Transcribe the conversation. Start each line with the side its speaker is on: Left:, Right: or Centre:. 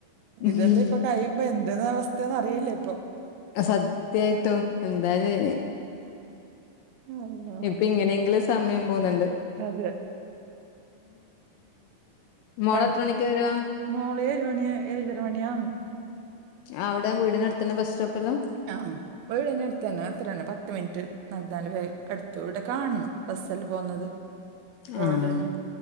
Left: ഉം
Right: ഇതെല്ലാം ഇപ്പൊ കഴിയുമ്പോ എന്തെന്ന അവസ്ഥയന്ന് അറിയില്ല ഇപ്പൊ
Left: സത്യായിട്ടും എന്തായാലും നി
Right: അള്ളാ.
Left: ഇപ്പൊ ഇങ്ങനെങ്കിലും സമയം പോന്നുണ്ട്.
Right: അതെ.
Left: മോളെത്രണിക്കാ
Right: പണി
Left: വരാ
Right: മോള് എഴ്മണിയ ഏഴരമണിയാന്ന്
Left: അവ്ടെ വീടിനട്ത്തെന്ന ബസ് സ്റ്റോപ്പല്ലാ
Right: ആഹ് എഴെയിഞ്ഞാൽ അടുത്തന്നെ അത്രേന്നെ പത്ത് മിനിറ്റ് റൺവേ അടുത്ത് ഇവടെ കാണ്ന്ന് ബസ്സെല്ലാം ബസ്സെല്ലാം പോവുന്നെത്. റോഡിന്
Left: ആഹ്